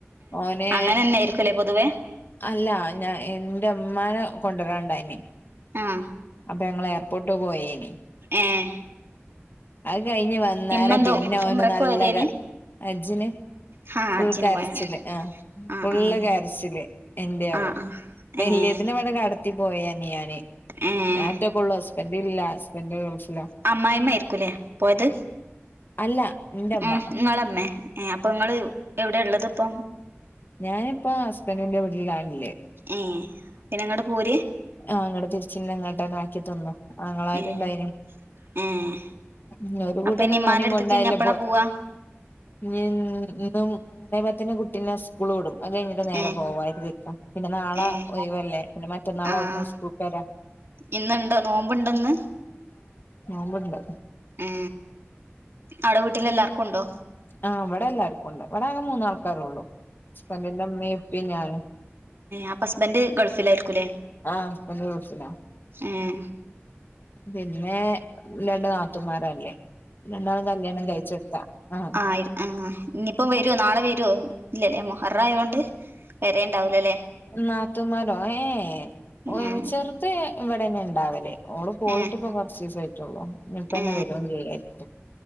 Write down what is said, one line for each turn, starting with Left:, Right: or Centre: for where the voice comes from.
Left: ഓന്
Right: <inaudible> അങ്ങനന്നെയിരിക്കല പൊതുവേ
Left: അല്ല ഞാ എന്റെ മ്മാനെ കൊണ്ടുരാണ്ടായിനി
Right: ആഹ്
Left: അപ്പ ങ്ങളേർപോർട്ട് പോയേനി
Right: ഏഹ്
Left: അത് കഴിഞ്ഞ് വന്നാരെ
Right: ഇമ്മെന്തോ
Left: പിന്നൊന്
Right: ഉമ്രക്ക്
Left: നല്ല
Right: പോയതേനി
Left: കജ്ജ്ന്
Right: ഹാ ഹജ്ജിന്
Left: ഫുൾ കാരച്ചില്
Right: പോയാണ്
Left: ആ
Right: ആഹ്
Left: ഫുള്
Right: ആഹ്
Left: കാരച്ചില് എന്ത്യേ യാവോ
Right: ആഹ് ആഹ്
Left: വല്യ
Right: ഏഹ്
Left: തിനവിടെ കടത്തി പോയനി യാൻ
Right: ഏഹ്
Left: ഞാറ്റൊകൊള്ളൂ ഹസ്ബൻഡില്ല സ്ബന്റ് ഫില
Right: മായ്മയിരിക്കൂലേ പോയത്
Left: അല്ല ഇന്റമ്മ
Right: ഉ നിങ്ങളമ്മേ ഏ അപ്പൊ ങ്ങള് എവിടെ ള്ളത് ഇപ്പം
Left: ഞാനിപ്പ ആ ഹസ്ബൻറിന്റെ വീട്ടിലാണില്ലേ
Right: ഏഹ് പിന്നെ ഇങ്ങട്ട് പോര്
Left: ആ അങ്ങട്ട തിരിച്ച ഇങ്ങോട്ട് ആക്കി തന്നു ആങ്ങളാരുണ്ടായിനി
Right: ഏഹ് ഏഹ്
Left: ഉ ഒരു കൂട്ടനുമ്മനിം
Right: അപ്പൊ ഇനി ഇമ്മാന്റെ അടുത്ത്ക്ക്
Left: കൊണ്ടായില
Right: ഇനി എപ്പളാ
Left: പോ
Right: പോവാ
Left: ൻ ഒും മൂന്നേ പത്തിന് കുട്ടീനെ സ്കൂൾ വിടും അത് കഴിഞ്ഞിട്ട് നേരെ
Right: ഏഹ്
Left: പോകര് തിക്ക പിന്നെ നാളെ
Right: ഏഹ്
Left: ഒയവല്ലേ പിന്നെ മറ്റന്നാൾ
Right: ആഹ്
Left: അവിടന്ന് സ്കൂക്കരാ
Right: ഇന്നുണ്ടോ നോമ്പ്ണ്ടോന്ന്
Left: നോമ്പ്ണ്ട്
Right: ഏ അടെ വീട്ടിലെ ല്ലാർക്കും ഉണ്ടോ
Left: ആഹ് ഇവിടെ എല്ലാർക്കും ണ്ട് ഇവിടെ അങ്ങെ മൂന്നാൾക്കാാരള്ളു ഹസ്ബന്റിന്റെ ഇമമീം ഇപ്പീമ് ഞാനും
Right: അപ്പ ഹസ്ബന്റ് ഗൾഫിലായിരിക്കുംല്ലേ
Left: ആഹ് ഹസ്ബന്റ് ഗൾഫിലാ
Right: ആഏ
Left: പിന്നെ രണ്ട് നാത്തൂമാരല്ലേ രണ്ടാളും കല്യാണം കഴിച്ചെടുത്താ ആഹ്
Right: ആ ആ ഇനിയിപ്പം വരുവോ നാളെ വരുവോ ഇല്ലല്ലേ അമ്മോ റയോണ്ട് പെരേൽണ്ടാവൂല ലെ
Left: നാത്തുമമാരോ ഏ ഏ ഒരു
Right: ആ
Left: ചെറുത ഇവിടെന്നെ ഉണ്ടാവലേ ഓള് പോയിട്ട്
Right: ഏ
Left: ഇപ്പ കർച്ചസ് ആയിട്ടുള്ളൂ ഇനിയിപ്പ എന്നെ
Right: ഏ
Left: വര ചെയ്യരിക്കും